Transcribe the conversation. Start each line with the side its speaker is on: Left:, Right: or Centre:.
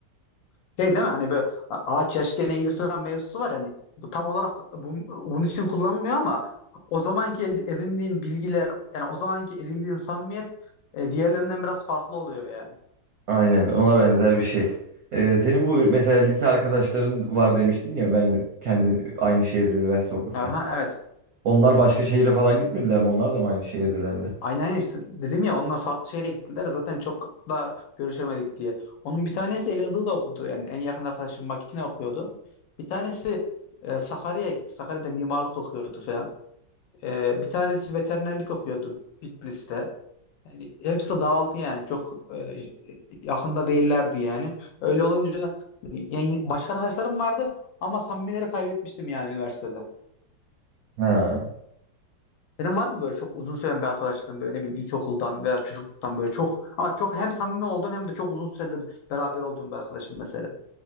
Left: Şey değil mi hani böyle ağaç yaşken eğilir falan mevzusu var hani bu tam olarak bu, bunun için kullanılmıyor ama o zamanki ed- edindiğin bilgiler yani o zamanki edindiğin samimiyet e, diğerlerinden biraz farklı oluyor yani.
Right: Aynen ona benzer bir şey. Ee, senin bu mesela lise arkadaşların var demiştin ya ben kendin aynı şehirde üniversite okurken.
Left: Aha evet.
Right: Onlar başka şehire falan gitmediler mi? Onlar da mı aynı şehirdelerdi?
Left: Aynen aynen işte dedim ya onlar farklı şehre gittiler zaten çok da görüşemedik diye. Onun bir tanesi Elazığ'da okudu yani en yakın arkadaşım makine okuyordu. Bir tanesi e, Sakarya'ya gitti. Sakarya'da mimarlık okuyordu falan. E, bir tanesi veterinerlik okuyordu Bitlis'te. Yani hepsi dağıldı yani çok e, yakında değillerdi yani. Öyle olunca yani başka arkadaşlarım vardı ama samimileri kaybetmiştim yani üniversitede.
Right: Ha.
Left: Senin var mı böyle çok uzun süren bir arkadaşlığın böyle ne bileyim ilkokuldan veya çocukluktan böyle çok ama çok hem samimi olduğun hem de çok uzun süredir beraber olduğun bir arkadaşın mesela.